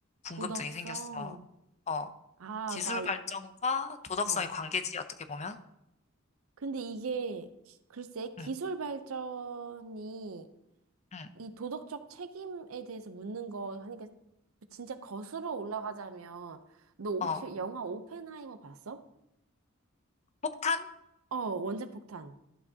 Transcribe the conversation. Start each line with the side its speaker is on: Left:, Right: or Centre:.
Left: 궁금증이
Right: 도덕성.
Left: 생겼어. 어,
Right: 아,
Left: 기술
Right: 나,
Left: 발전과
Right: 이-
Left: 도덕성의
Right: 어.
Left: 관계지, 어떻게 보면?
Right: 근데 이게, 글쎄, 기술
Left: 응,
Right: 발전이
Left: 응.
Right: 이 도덕적 책임에 대해서 묻는 거 하니까 진짜 거슬러 올라가자면 너 혹시
Left: 어,
Right: 영화 오펜하이머 봤어?
Left: 폭탄?
Right: 어, 원자폭탄.